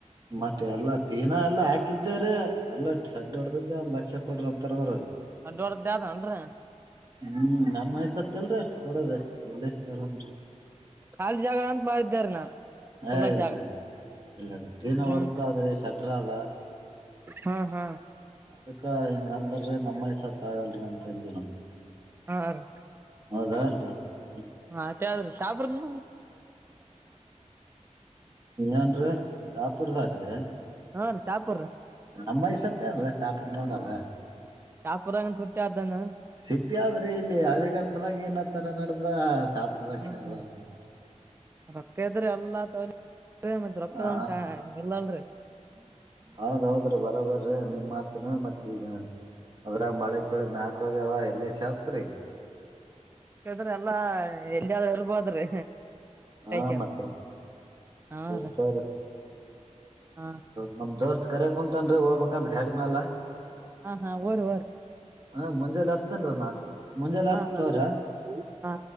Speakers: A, on the right; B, on the right.
A: ಮತ್ತೆ ಎಲ್ಲ ಟೀನಾ ಎಲ್ಲ ಹಾಕಿದೆ ರೀ ಎಲ್ಟ ಸಡ್ ಹೊಡ್ದದ್ದ ಒಂದು ಲಕ್ಷ ಕೊಡ್ರಿ ಅಂತಾರ ಅವರು
B: ಷಡ್ ಹೊಡದಿದ್ದು ಆದ ಏನ್ರೀ
A: ಹು ನಮ್ ಐಸತ ಇಲ್ರಿ ಅಷ್ಟು ಕೊಡೋದು
B: ಕಾಲಿ ಜಾಗ ಅಂತ ಮಾಡಿದ್ಯಾ ನಾನ್
A: ಹ
B: ಖುಲ್ಲಾ
A: ಇಲ್ರಿರಿ
B: ಜಾಗ
A: ಇಲ್ಲ್ರ ಟ್ರೀನ
B: ಹ್ಮ್
A: ಹೊಡದ್ದಾದ್ರೆ ಸಟ್ರ ಅದ
B: ಹಾ ಹಾ
A: ಅದಕ್ಕ ಹೆಂಗ ಅಂದ್ರೆ ನಮ್ಮ ಐಸತ್ ಆಗಲ್ರೀ ಅಂದಿವಿ ನಾವು
B: ಹಾರಿ
A: ಹೌದಾ ಇಲ್ಲಾ ರಿ
B: ಹ ಆದ್ರ
A: ಏನ್ರೀ ಶಹಾಪುರ ದಾಗ ರೀ
B: ಹಾ ರೀ ಶಾಪುರ್
A: ನಮ್ಮ ಐಸತ್ ಏನ್ರೀ ಶಹಾಪುರ ನೋಡದ
B: ಶಾಪುರಗಂತ ಹುಟ್ಟಿ ಆದ್ದಾನ
A: ಸಿಟಿ ಆದ್ರೆ ಇಲ್ಲಿ ಹಳೆಗಡದಾಗ ಏನತ್ತರ ನಡ್ದ ಶಹಾಪುರ
B: ಹಾ
A: ದಾಗ
B: ಹಾ ರೊಕ್ಕ ಇದದ್ರಿ ಎಲ್ಲಾ ತ ಮ ರೊಕ್ಕದ
A: ಹಾ
B: ಚಾ ಎಲ್ಲಲ್ರಿ
A: ಹದ್ೌದ್ರಿ ಬರ ಬರ್ರೀ ನಿಮ್ ಮಾತನ ಮತ್ ಈಗ ಅದ್ರ ಮಳೆ ಮಳಿ ಮ್ಯಾಕ್ ಹೋಗ್ಯಾದ್ರಿ
B: ಿದ್ರ ಎಲ್ಲಾ ಎಲ್ಲಿಯಾದ್ರೂ ಇರ್ಬೋದ್ರಿ
A: ಹಾ
B: ಐತಿ ಅಂತ.
A: ಮತ್ತೆ
B: ಹಾ
A: ಆಯ್ತು
B: ರೀ
A: ತೋರಿ
B: ಹಾ
A: ನಮ್ಮ ದೋಸ್ತು ಕರೆ ಕುಂತನ್ರಿ ಹೋಗಬಬೇಕಂದ ಗಾಡಿ ಮ್ಯಾಲ
B: ಹಾ ಹಾ ಹೊರಿ ಹೊರಿ
A: ಹಾ ಮುಂಜಾಲೆ ಹಸ್ತೇನ್ ನ ಮುಂಜಾಲ
B: ಹಾ
A: ಹಸ್
B: ಹಾ
A: ತೋರ
B: ಹಾ